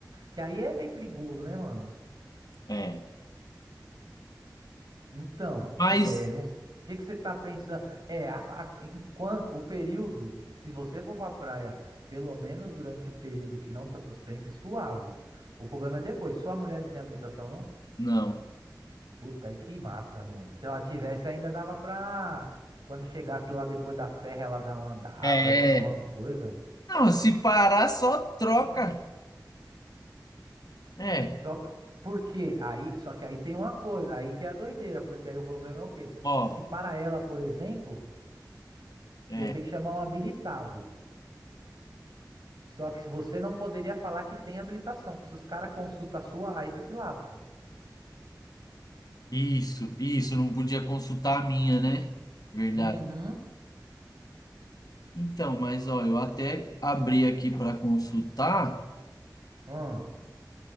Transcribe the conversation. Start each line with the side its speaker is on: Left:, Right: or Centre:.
Right: Que aí é meio perigoso, né, mano?
Left: É.
Right: Então, você
Left: Mas.
Right: não. O que que você tá pensando? É, a- a- enquanto o período, se você for pra praia, pelo menos durante o período que não tá suspensa, suave. O problema é depois. Sua mulher não tem habilitação, não?
Left: Não.
Right: Puta, aí que mata, mano. Se ela tivesse, ainda dava pra. Quando chegasse lá depois da serra, ela dar uma andada,
Left: É,
Right: né? Alguma coisa.
Left: Não, se parar, só troca. É,
Right: Só p- porque aí, só que aí tem uma coisa, aí que é a doideira, porque aí o problema é o quê?
Left: ó,
Right: Se para ela, por exemplo,
Left: é,
Right: ia ter que chamar um habilitado. Só que se você não poderia falar que tem habilitação, que se os caras consultam a sua, aí você se lasca.
Left: isso, isso, não podia consultar a minha, né? Verdade.
Right: Uhum.
Left: Então, mas ó, eu até abri aqui para consultar,
Right: Hum.